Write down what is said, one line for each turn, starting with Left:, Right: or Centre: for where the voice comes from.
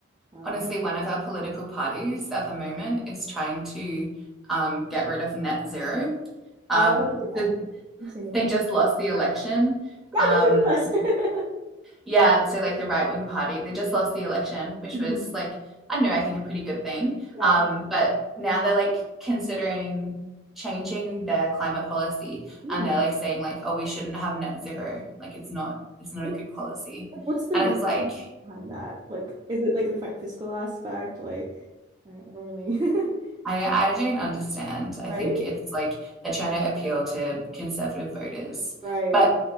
Right: Um,
Centre: Honestly, one of our political parties at the moment is trying to um, get rid of net zero. Um,
Right: oh yeah,
Centre: the,
Right: same with
Centre: they
Right: us.
Centre: just lost the election.
Right: Yeah,
Centre: Um,
Right: I think same with us.
Centre: Yeah, so like the right wing party, they just lost the election, which
Right: <laughs> hmm
Centre: was like, I don't know, I think a pretty good thing.
Right: Yeah.
Centre: Um, but now they're like considering changing their climate policy
Right: Hmm.
Centre: and they're like saying like, oh, we shouldn't have net zero. Like it's not it's not
Right: What's,
Centre: a good policy.
Right: like, what's the
Centre: And
Right: reason
Centre: it's like
Right: behind that? Like, is it like the fi fiscal aspect? Like, I, I don't really. <laughs>
Centre: I don't, I don't understand. I
Right: Right?
Centre: think it's like they're trying to appeal to conservative voters.
Right: Right.
Centre: But